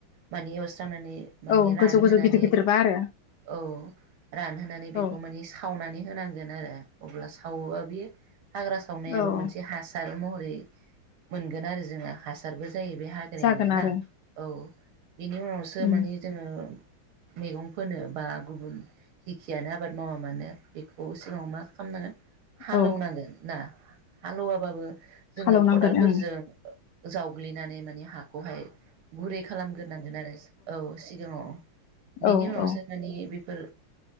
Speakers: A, on the right; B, on the left.
A: मानि रानानै मानि
B: औ
A: रानहोनानै
B: गोजौ गोजौ गिदिर गिदिरबा आरो
A: औ रानहोनानै बेखौ
B: औ
A: मानि सावनानै होनां गोन आरो अब्ला सावोबा बेयो हाग्रा सावनायाबो
B: औ
A: मोनसे हासार। महरै मोनगोन आरो जोङो हासारबो जायो बे हाग्रायानो
B: जागोन आरो
A: ना औ बेनि उनावसो
B: उम
A: माने जोङो मैगं फोनो बा गुबुन जिखियानो आबाद मावा मानो बेखौ सिगाङाव मा खालामनांगोन हालोवनांगोन
B: औ
A: ना। हालेवाबाबो। जोङो
B: हालेवनांगोन
A: खदाल। फोरजों
B: ओं
A: जावग्लिनानै माने हाखौहाय गुरै खालामग्रोनांगोन आरो औ सिगाङाव बिनि
B: औ
A: उनावसो
B: औ
A: मानि बेफोर